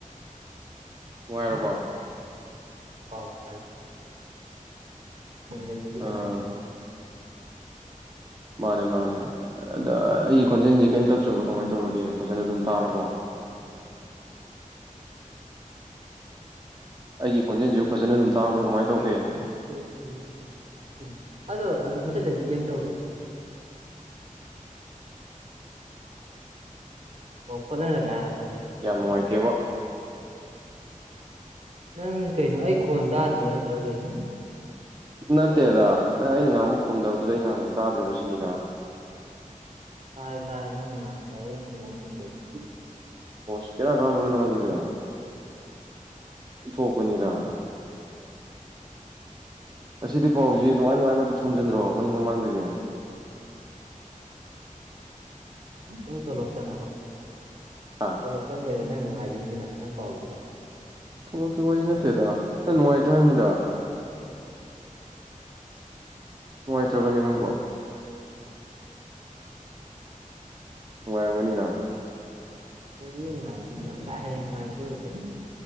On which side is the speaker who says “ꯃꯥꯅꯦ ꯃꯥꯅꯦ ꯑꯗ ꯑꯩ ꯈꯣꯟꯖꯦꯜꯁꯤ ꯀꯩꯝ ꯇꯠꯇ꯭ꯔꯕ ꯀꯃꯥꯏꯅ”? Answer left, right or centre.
Right